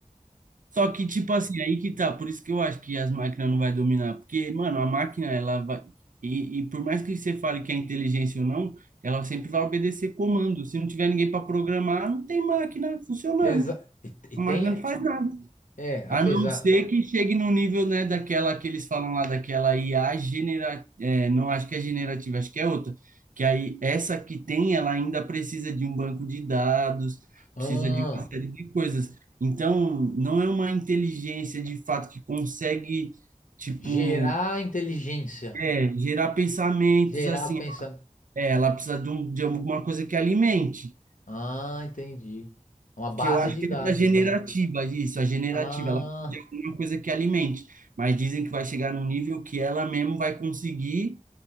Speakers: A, on the right; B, on the left.
A: Só que, tipo assim, aí que tá. Por isso que eu acho que as máquinas não vai dominar. Porque, mano, a máquina, ela vai. E, e por mais que você fale que é inteligência ou não, ela sempre vai obedecer comando. Se não tiver ninguém para programar, não tem máquina funcionando.
B: Exa- e, e
A: A
B: tem.
A: máquina não faz nada.
B: É, apesar.
A: A não ser que chegue no nível, né, daquela que eles falam lá, daquela IA generativa, não acho que é generativa, acho que é outra, que aí essa que tem, ela ainda precisa de um banco de dados,
B: Ah.
A: precisa de uma série de coisas. Então, não é uma inteligência de fato que consegue, tipo,
B: Gerar inteligência.
A: é, gerar pensamentos
B: Gerar
A: assim.
B: pensamento.
A: É, ela precisa de, um, de alguma coisa que alimente.
B: Ah, entendi. É Uma base
A: que eu acho
B: de
A: que
B: dados,
A: é a generativa,
B: né?
A: isso, a generativa,
B: Ah,
A: ela precisa de alguma coisa que alimente, mas dizem que vai chegar num nível que ela mesmo vai conseguir